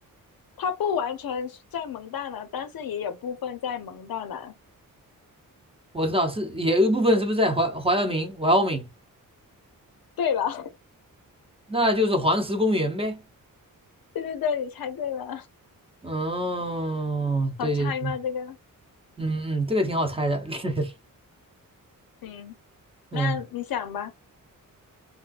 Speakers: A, on the left; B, on the right.
A: 它不完全是在蒙大拿，但是也有部分在蒙大拿，
B: 我知道是也有一部分是不是在怀怀俄明，怀俄明，
A: 对吧？<laughs>
B: 那就是黄石公园呗。
A: 对对对，你猜对了，
B: 嗯，
A: 好猜吗？
B: 对对，
A: 这个
B: 嗯嗯，这个挺好猜的。<laughs>
A: 嗯，那你想吧，
B: 嗯